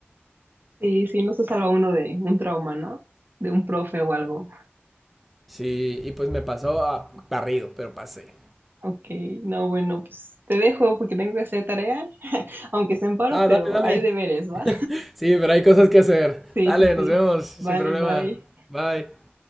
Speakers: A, on the right; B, in the centre.
A: Sí, sí, no se salva uno de un trauma, ¿no? De un profe o algo.
B: Sí, y pues me pasó a barrido, pero pasé.
A: Ok, no, bueno, pues te dejo porque tengo que hacer tarea, <laughs> aunque esté en paro,
B: Ah,
A: pero
B: dale, dale.
A: hay deberes, ¿va?
B: Sí, pero hay cosas que hacer.
A: Sí,
B: Dale,
A: sí, sí.
B: nos vemos, sin
A: Vale,
B: problema.
A: bye.
B: Bye.